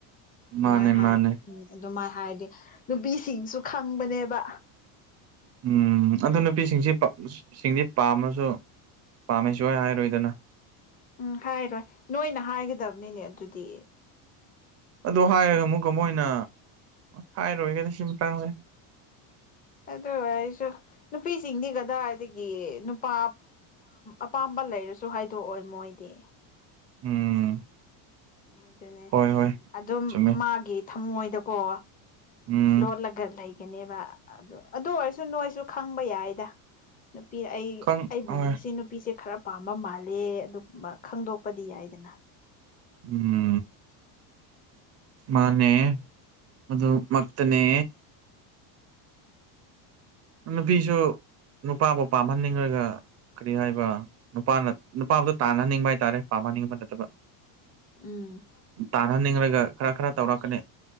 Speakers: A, on the left (about 20°); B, on the right (about 30°).
A: ꯑꯗꯨꯃꯥꯏꯅ
B: ꯃꯥꯅꯦ
A: ꯍꯥꯏꯗꯤ
B: ꯃꯥꯅꯦ
A: ꯎꯝ ꯑꯗꯨꯃꯥꯏꯅ ꯍꯥꯏꯔꯗꯤ ꯅꯨꯄꯤꯁꯤꯡꯁꯨ ꯈꯪꯕꯅꯦꯕ
B: ꯎꯝ ꯑꯗꯨ ꯅꯨꯄꯤꯁꯤꯡꯁꯤ ꯁꯤꯡꯗꯤ ꯄꯥꯝꯃꯁꯨ ꯄꯥꯝꯃꯦꯁꯨ ꯁꯨꯡꯍꯥꯢ ꯍꯥꯏꯔꯣꯏꯗꯅ
A: ꯎꯝ ꯍꯥꯏꯔꯣꯏ ꯅꯣꯏꯅ ꯍꯥꯏꯒꯗꯕꯅꯤꯅꯦ ꯑꯗꯨꯗꯤ
B: ꯑꯗꯨ ꯍꯥꯏꯔꯒ ꯑꯃꯨꯛꯀ ꯑꯃꯨꯛ ꯃꯣꯏꯅ ꯍꯥꯏꯔꯣꯏꯒꯦꯗ ꯁꯤ ꯃꯇꯥꯡꯗꯗꯤ
A: ꯑꯗꯣ ꯑꯣꯢꯔꯁꯨ ꯅꯨꯄꯤꯁꯤꯡꯗꯤ ꯀꯗꯥꯏꯗꯒꯤ ꯅꯨꯄꯥ ꯑꯄꯥꯝꯕ ꯂꯩꯔꯁꯨ ꯍꯥꯏꯗꯣꯛꯑꯣꯏ ꯃꯣꯏꯗꯤ
B: ꯎꯝ
A: ꯑꯗꯨꯅꯦ
B: ꯍꯣꯏ ꯍꯣꯏ
A: ꯑꯗꯨꯝ
B: ꯆꯨꯝꯃꯦ
A: ꯃꯥꯒꯤ ꯊꯝꯃꯣꯏꯗꯀꯣ
B: ꯎꯝ
A: ꯂꯣꯠꯂꯒ ꯂꯩꯒꯅꯦꯕ ꯑꯗꯨ ꯑꯗꯨ ꯑꯣꯏꯔꯁꯨ ꯅꯣꯏꯁꯨ ꯈꯪꯕ ꯌꯥꯏꯗ ꯅꯨꯄꯤ ꯑꯩ
B: ꯈꯪ
A: ꯑꯩꯒꯨꯝꯕꯁꯤ
B: ꯍꯣꯏ
A: ꯅꯨꯄꯤꯁꯦ ꯈꯔ ꯄꯥꯝꯕ ꯃꯥꯜꯂꯦ ꯑꯗꯨꯒꯨꯝꯕ ꯈꯪꯗꯣꯛꯄꯗꯤ ꯌꯥꯏꯗꯅ
B: ꯎꯝ ꯃꯥꯅꯦ ꯃꯗꯨ ꯃꯛꯇꯅꯦ ꯅꯨꯄꯤꯁꯨ ꯅꯨꯄꯥꯕꯨ ꯄꯥꯝꯍꯟꯅꯤꯡꯉꯒ ꯀꯔꯤ ꯍꯥꯏꯕ ꯅꯨꯄꯥꯅ ꯅꯨꯄꯥꯕꯨꯗꯣ ꯇꯥꯟꯅꯍꯟꯅꯤꯡꯕ ꯍꯥꯏꯇꯥꯔꯦ ꯄꯥꯝꯅꯍꯟꯅꯤꯡꯕ ꯅꯠꯇꯕ
A: ꯎꯝ
B: ꯇꯥꯟꯍꯟꯅꯤꯡꯂꯒ ꯈꯔ ꯈꯔ ꯇꯧꯔꯛꯀꯅꯤ